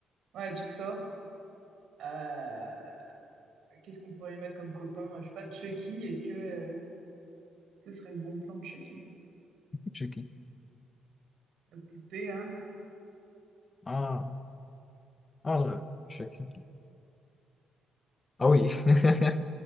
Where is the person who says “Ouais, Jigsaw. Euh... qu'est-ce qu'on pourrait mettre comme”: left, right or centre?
Right